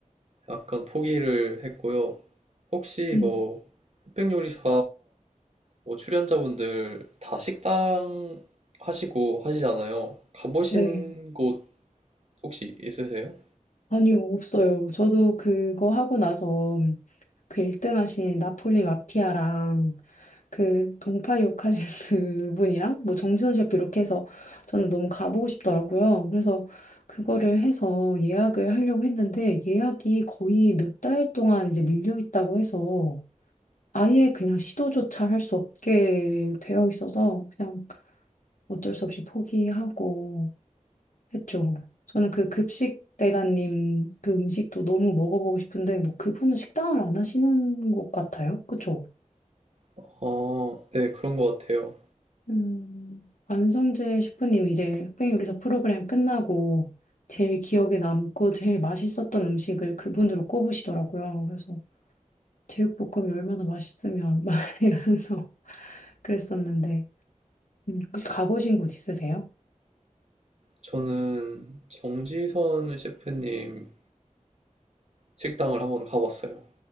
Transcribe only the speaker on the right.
약간 포기를 했고요. 혹시
뭐 흑백 요리사 뭐 출연자분들 다 식당 하시고 하시잖아요. 가보신
곳 혹시 있으세요?
아 네, 그런 것 같아요.
저는 정지선 셰프님 식당을 한번 가봤어요.